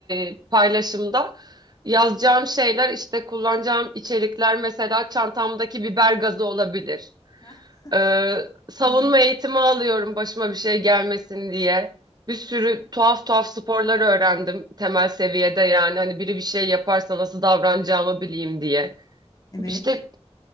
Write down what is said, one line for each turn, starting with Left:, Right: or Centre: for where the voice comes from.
Right: e, paylaşımda yazacağım şeyler işte kullanacağım içerikler mesela çantamdaki biber gazı olabilir.
Left: <laughs> Heh,
Right: Ee, savunma
Left: Evet.
Right: eğitimi alıyorum başıma bir şey gelmesin diye. Bir sürü tuhaf tuhaf sporlar öğrendim temel seviyede yani hani biri bir şey yaparsa nasıl davranacağımı bileyim diye.
Left: Evet.
Right: İşte